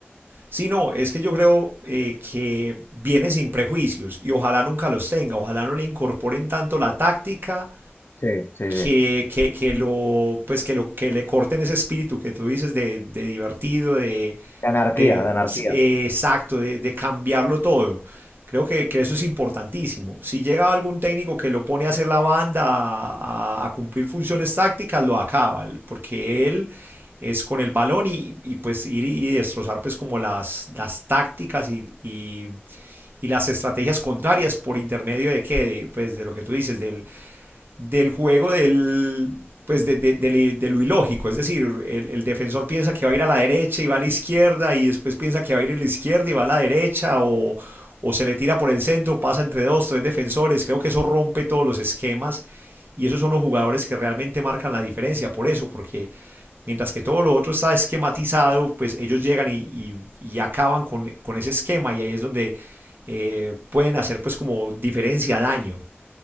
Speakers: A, on the right; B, on the left.
A: Sí, no, es que yo creo eh, que viene sin prejuicios y ojalá nunca los tenga, ojalá no le incorporen tanto la táctica
B: Sí, sí, sí.
A: que, que, que lo, pues que lo, que le corten ese espíritu que tú dices de, de divertido, de,
B: De anarquía,
A: de
B: de anarquía.
A: eh, exacto, de, de cambiarlo todo. Creo que, que eso es importantísimo. Si llega algún técnico que lo pone a hacer la banda, a, a a cumplir funciones tácticas, lo acaba, porque él es con el balón y, y pues ir y destrozar pues como las, las tácticas y, y, y las estrategias contrarias por intermedio de qué, de, pues de lo que tú dices, del, del juego del, pues de, de, de, de lo ilógico, es decir, el, el, defensor piensa que va a ir a la derecha y va a la izquierda y después piensa que va a ir a la izquierda y va a la derecha o, o se le tira por el centro, pasa entre dos, tres defensores, creo que eso rompe todos los esquemas y esos son los jugadores que realmente marcan la diferencia, por eso, porque mientras que todo lo otro está esquematizado, pues ellos llegan y, y, y acaban con, con, ese esquema y ahí es donde eh, pueden hacer pues como diferencia, daño